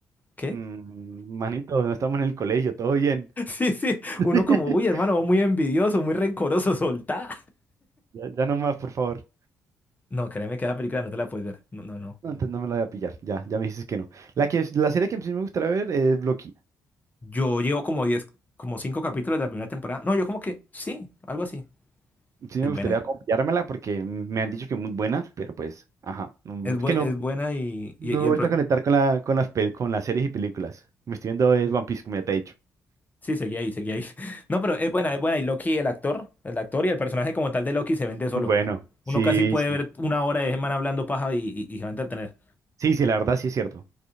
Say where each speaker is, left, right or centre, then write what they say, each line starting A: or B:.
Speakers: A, on the left; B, on the right.
A: ¿qué?
B: Mm, manito, no estamos en el colegio, todo bien.
A: <laughs> Sí, sí.
B: <laughs>
A: Uno como, uy, hermano, vos muy envidioso, muy rencoroso, soltá.
B: Ya, ya no más, por favor.
A: No, créeme que esa película no te la puedes ver. No, no, no.
B: No, antes no me la voy a pillar, ya, ya me dices que no. La que, la serie que sí me gustaría ver es Loki.
A: Yo llevo como 10, como 5 capítulos de la primera temporada. No, yo como que, sí, algo así.
B: Sí me
A: Es
B: gustaría
A: buena.
B: copiármela porque me han dicho que es muy buena, pero pues, ajá, no- no-
A: Es, bue-
B: es que no,
A: es buena y,
B: no
A: y,
B: me
A: y
B: he
A: el...
B: vuelto
A: pro-
B: a conectar con la, con las, pel- con las series y películas. Me estoy viendo es One Piece, como ya te he dicho.
A: Sí, seguí ahí, seguí ahí. <laughs> No, pero es buena, es buena. Y Loki, el actor, el actor y el personaje como tal de Loki se vende solo.
B: Bueno, sí,
A: Uno casi puede
B: sí.
A: ver una hora de ese man hablando paja y, y, y se va a entretener.
B: Sí, sí, la verdad sí es cierto.